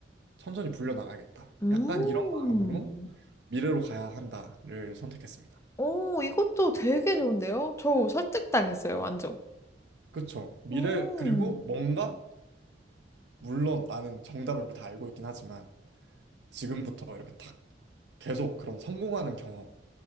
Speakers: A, on the right (about 65°); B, on the left (about 15°).
A: 천천히 불려 나가겠다.
B: 음,
A: 약간 이런 마음으로 미래로 가야 한다를 선택했습니다.
B: 오, 이것도 되게 좋은데요? 저 설득당했어요, 완전.
A: 그쵸? 미래
B: 음,
A: 그리고 뭔가 물론 나는 정답을 다 알고 있긴 하지만 지금부터 이렇게 탁 계속 그런 성공하는 경험